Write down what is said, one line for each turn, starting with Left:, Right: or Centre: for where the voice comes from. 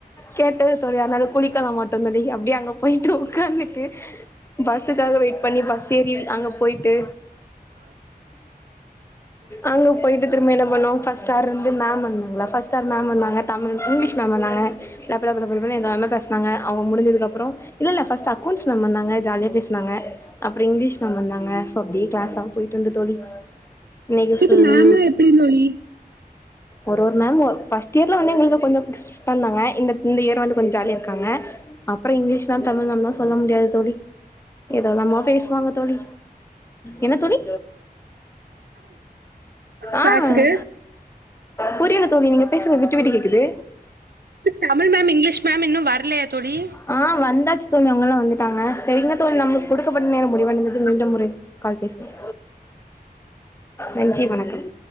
Left: கேட்டது தோழி தனால குளிக்கல மாட்டோ தோழி அப்டியே அங்க போயிட்டு உக்காந்துட்டு பஸ்ஸுக்காக வெயிட் பண்ணி பஸ் ஏறி அங்க போயிட்டு அங்க போயிட்டு திரும்ப என்ன பண்ணோ ஃபர்ஸ்ட் ஹார் வந்து மேம் வந்தாங்களா ஃபர்ஸ்ட் மேம் வந்தாங்க தமிழ் இங்கிலீஷ் மேம் வந்தாங்க லபலப லாபன்னு எதானா பேச தாங்க அவங்க முடிஞ்சதுக்கு அப்றோ இல்லல்ல ஃபர்ஸ்ட் அக்கவுண்ட்ஸ் மேம் வந்தாங்க ஜாலியா பேஸ்னாங்க அப்றோ இங்கிலீஷ் மேம் வந்தாங்க சோ அப்டியே கிளாஸ்லா போயிட்டிருந்து தோழி இன்னிக்கி
Right: உங்களுக்கு
Left: சொல்லி
Right: மேம்லா எப்டி தோழி
Left: ஒரு ஒரு மேம்மு ஃபர்ஸ்ட் இயர்லந்து எங்ளுக்கு கொஞ்சோ புஷ் பண்ணங்க இந்த இந்த இயர் வந்து கொஞ்சோ ஜாலியா இருக்காங்க அப்பறோ இங்கிலீஷ் மேம் தமிழ் மேம்லா சொல்ல முடியாது தோழி ஏதோலாமோ பேசுவாங்க தோழி என்ன தோழி
Right: கிளாஸுக்கு
Left: ஆஹ் புரியல தோழி நீங்க பேசுற விட்டு விட்டு கேக்குது
Right: தமிழ் மேம் இங்கிலீஷ் மேம் இன்னு வர்லயா தோழி
Left: ஆஹ் வந்தாச்சு தோழி அவங்கல்லா வந்துட்டாங்க சரிங்கா தோழி நமக்கு குடுக்கப்பட்ட நேர முடிவடைந்தது மீண்டும் முறை கால் பேசலா நன்றி வணக்கம்